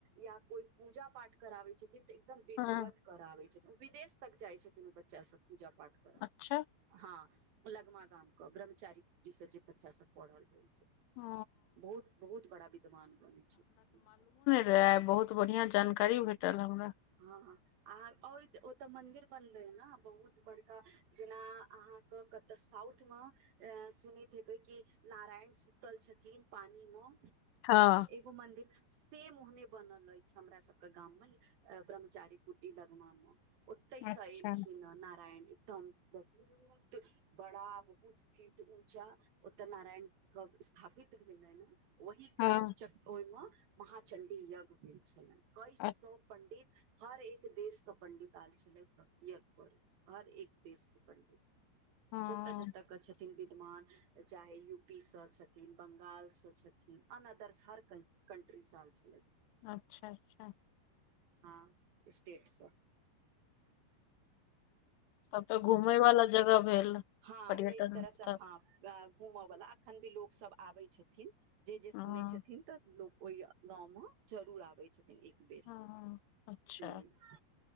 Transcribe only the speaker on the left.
हँ
अच्छा
ओ
तै बहुत बढ़िया जानकारी भेटल हमरा
हँ
अच्छा
हँ
अ-
हँ
अच्छा अच्छा
तब तऽ घूमेय वाला जगह भेल
पर्यटन
स्थल
हँ
हँ अच्छा